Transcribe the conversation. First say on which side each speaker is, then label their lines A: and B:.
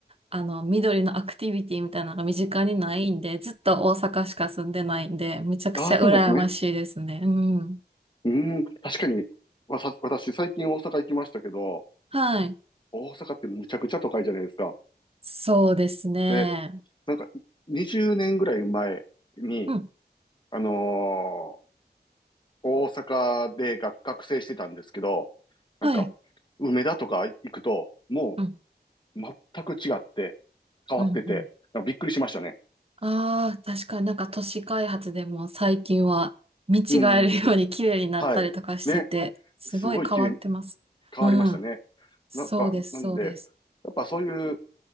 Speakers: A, on the right (about 35°); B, on the left (about 25°).
A: あの、緑のアクティビティみたいなのが身近にないんで、ずっと大阪しか住んでないんで、めちゃくちゃ羨ましいですね。
B: ああ、そうなんですね。
A: うん。
B: うん。確かに、わさ、私、最近大阪行きましたけど、
A: はい。
B: 大阪ってむちゃくちゃ都会じゃないですか。
A: そうですね。
B: で、なんか、20年ぐらい前に、
A: うん。
B: あのー大阪で学、学生してたんですけど、なんか、
A: はい。
B: 梅田とか行くと、も
A: うん。
B: う、全く違って、変わってて、
A: うん。うん。
B: なんかびっくりしましたね。
A: ああ、確かになんか都市開発でも最近は見違えるように綺麗になったりとかしてて、
B: うんうん。はい。ね。
A: すごい変わってます。
B: すごい綺麗変わりましたね。
A: うん。そうです、
B: なんか、なんで、
A: そうです。
B: やっぱそういう